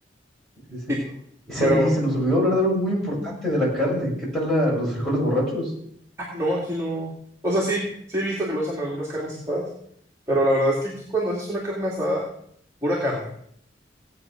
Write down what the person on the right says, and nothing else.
poquito.
Pero,
ah, no, aquí no. O sea, sí, sí he visto que lo usan en algunas carnes asadas, pero la verdad es que aquí cuando haces una carne asada, pura carne,